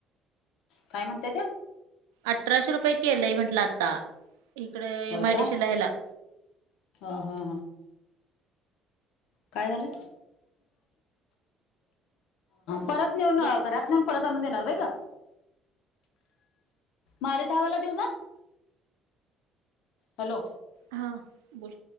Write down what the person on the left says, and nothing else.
काय म्हणतय त्या.
होय
का
हा हा. काय झालं परत नेऊन
घरात नेऊन. प तोन देणार रहे का. मारे धावाला देऊ म हॅलो.